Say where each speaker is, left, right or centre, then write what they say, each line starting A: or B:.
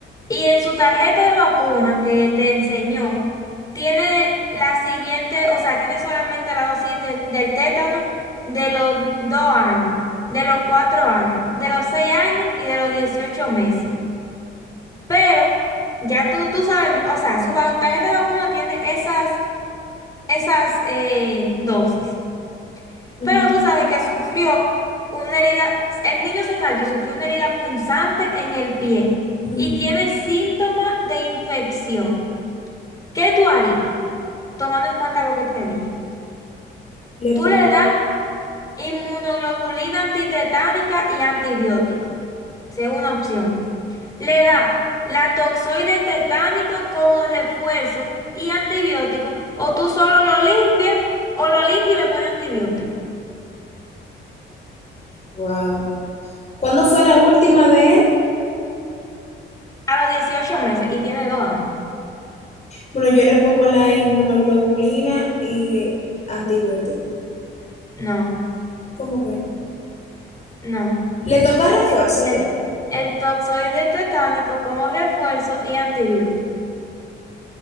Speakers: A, on the left (about 15°); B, on the left (about 35°).
A: y en su tarjeta de vacuna que te enseñó, tiene la siguiente, o sea, tiene solamente la dosis del, del tétano de los dos años, de los cuatro años, de los seis años y de los 18 meses. Pero ya tú, tú sabes, o sea, su va- tarjeta de vacuna tiene esas, esas eh, dosis.
B: Ujú,
A: Pero tú sabes que sufrió una herida, el niño se cayó y sufrió una herida punzante en el pie
B: ujú.
A: y tiene síntomas de infección. ¿Qué tú harías? Tomando en cuenta lo que te dije.
B: Le
A: Tú
B: pongo,
A: le das inmunoglobulina antitetánica y antibiótico. Segunda opción. Le da la toxoide tetánico como refuerzo y antibiótico, o tú solo lo limpias, o lo limpias y le pones antibiótico.
B: wow. ¿Cuándo fue la última de él?
A: A los 18 meses y tiene dos años.
B: Bueno, yo le pongo la inmunoglobulina y eh, antibiótico.
A: No,
B: ¿Cómo que no?
A: no.
B: Le toca
A: Tiene
B: refuerzo
A: que poner
B: ya.
A: el toxoide tetánico como refuerzo y antibiótico.